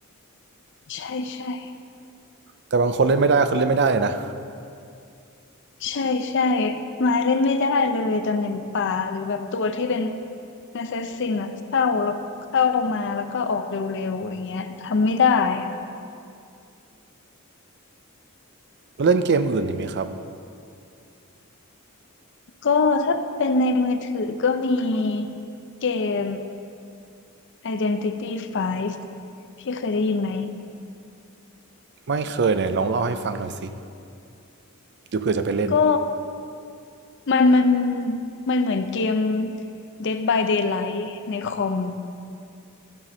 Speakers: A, on the left (about 55°); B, on the right (about 50°).
A: ใช่ใช่
B: แต่บางคนเล่นไม่ได้คือเล่นไม่ได้นะ
A: ใช่ใช่ไม้เล่นไม่ได้เลยตำแหน่งป่าหรือแบบตัวที่เป็นแอสซ s สซินอะเข้าแล้วเข้ามาแล้วก็ออกเร็วๆอย่างเงี้ยทำไม่ได้อะ
B: แล้วเล่นเกมอื่นนี่ไหมครับ
A: ก็ถ้าเป็นในมือถือก็มีเกม Identity 5พี่เคยได้ยินไหม
B: ไม่เคยไหนลองเล่าให้ฟังหน่อยสิหรือเผื่อจะไปเล่น
A: ก็มันมันมันเหมือนเกม Dead by Daylight ในคอม